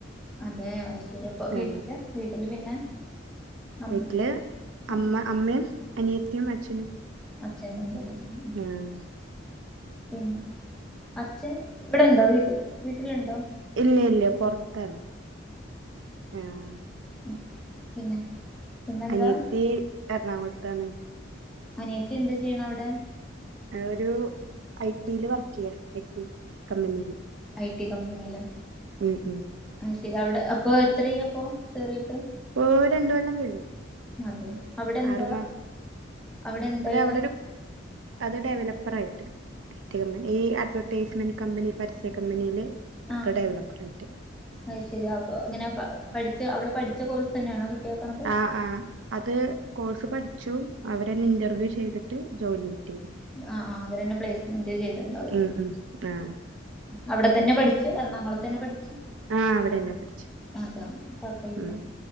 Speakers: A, in the centre; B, on the right.
A: അതെ അൈശരി അപ്പൊ വീട്ടില്
B: ആ
A: വീട്ടില് പിന്നെ അം
B: വീട്ടില്
A: ഉം
B: അമ്മ അമ്മയും അനിയത്തിയും അച്ഛനും.
A: <unintelligible>
B: ആഹ്
A: പിന്നെ അച്ഛൻ ഇവിടെണ്ടോ വീട്ടിൽ വീട്ടിലുണ്ടോ
B: ഇല്ല ഇല്ല പുറത്താണ് ആഹ
A: ഉം പിന്നെ പിന്നെന്താ
B: അനിയത്തി എറണാകുളത്താണ്
A: അനിയത്തി എന്താ ചെയ്യണ അവിടെ?
B: ഒരു ഐട്ടിയില് വർക്ക് ചെയ്യ ഐട്ടി കമ്പനിൽ.
A: ഐ ട്ടി കമ്പനീലാ?
B: ഉം ഉം
A: അ ശരി അവിടെ അപ്പൊ എത്ര അപ്പൊ കേറിയിട്ട്
B: ഓ രണ്ടു കൊല്ലം കഴിഞ്ഞു
A: അതെ അവിടെന്താ
B: ആറു മാസം
A: അവിടെന്തായിട്ട്
B: അത് അവിടെ ഒരു അത് ഡെവലപ്പർ ആയിട്ട്. <unintelligible> ഈ അഡ്വെർടൈസ്മെന്റ് കമ്പനി പരസ്യ കമ്പനിയില്
A: ആ
B: ഡെവലപ്പർ ആയിട്ട്
A: അത് ശരിയാ അപ്പൊ ങ്ങനെ പഠി അവിടെ പഠിച്ച കോഴ്സ് തന്നെയണ കിട്ടിയേക്കണേ
B: ആ ആ അത് കോഴ്സ് പഠിച്ചു അവരെന്നെ ഇന്റർവ്യൂ ചെയ്തിട്ട് ജോലി കിട്ടിയത്.
A: ആഹ ആ് അവര്ന്നെ പ്ലേസ്മെന്റ് ചെയ്തുണ്ടാവലോ
B: ഉം ഉം ആ
A: അവിടെ തന്നെ പഠിച്ചു എറണാകുളത്ത തന്നെ പഠിച്ചു
B: ആഹ അവിടെന്നെ പഠിച്ചേ
A: അതാ കൊഴപ്പില്ലല്ലോ
B: ഉ